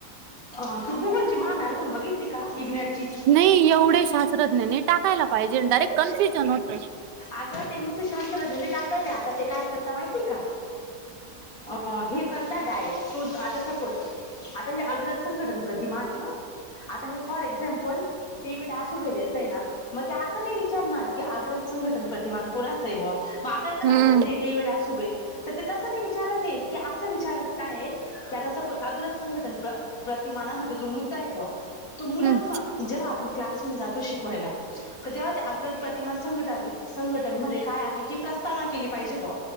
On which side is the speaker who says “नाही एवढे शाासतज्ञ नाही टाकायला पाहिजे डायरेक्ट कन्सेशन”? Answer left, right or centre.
Right